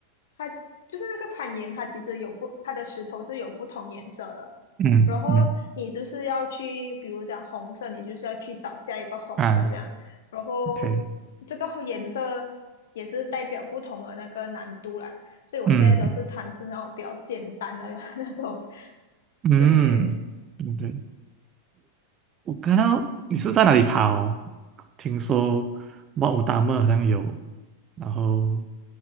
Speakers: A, on the left; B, on the right.
A: 它就是那个攀岩，它其实有不它的石头是有不同颜色的。
B: 嗯嗯
A: 然后你就是要去，比如讲红色，你就是要去找下一个红色这样。
B: 啊
A: 然后
B: ，OK，
A: 这个颜色也是代表不同的那个难度啦。所以我现在都是尝试那种比较简单的
B: 嗯
A: <laughs> 那种，
B: 嗯，
A: 对对，
B: 嗯对我看到你是在哪里爬哦？听说哇，武达木好像有，然后